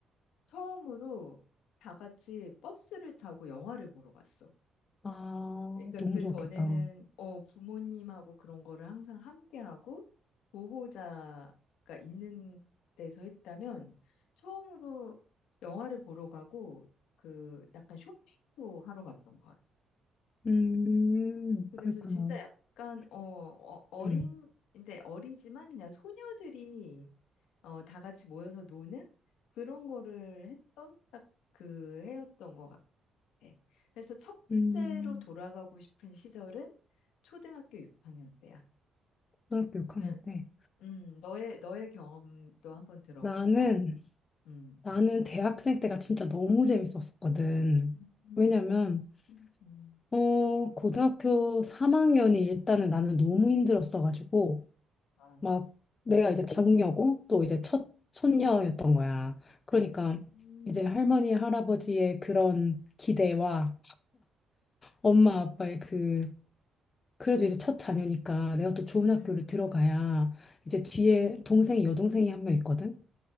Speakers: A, on the left (about 85°); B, on the left (about 35°).
A: 처음으로 다 같이 버스를 타고 영화를 보러 갔어.
B: 아,
A: 그러니까
B: 너무
A: 그
B: 좋았겠다.
A: 전에는 어 부모님하고 그런 거를 항상 함께하고 보호자가 있는 데서 했다면 처음으로 영화를 보러 가고 그 약간 쇼핑도 하러 갔던 것 같아.
B: 음,
A: 그래서
B: 그랬구나.
A: 진짜 약간 어, 어 어린
B: 음.
A: 근데 어리지만 그냥 소녀들이 어 다 같이 모여서 노는 그런 거를 했던 딱 그 해였던 것 같아. 네. 그래서 첫째로
B: 음,
A: 돌아가고 싶은 시절은 초등학교 6학년 때야.
B: 초등학교 6학년
A: 그러면,
B: 때.
A: 음, 너의, 너의 경험도 한번 들어볼까?
B: 나는,
A: 음.
B: 나는 대학생 때가 진짜 너무 재밌었었거든.
A: 음,
B: 왜냐면,
A: 음,
B: 어, 고등학교 3학년이 일단은 나는 너무 힘들었어가지고,
A: 아,
B: 막 내가 이제 장녀고, 또 이제 첫 손녀였던 거야. 그러니까
A: 음, 음,
B: 이제 할머니, 할아버지의 그런 기대와 엄마, 아빠의 그 그래도 이제 첫 자녀니까 내가 또 좋은 학교를
A: 음,
B: 들어가야 이제 뒤에 동생이 여동생이 한 명 있거든.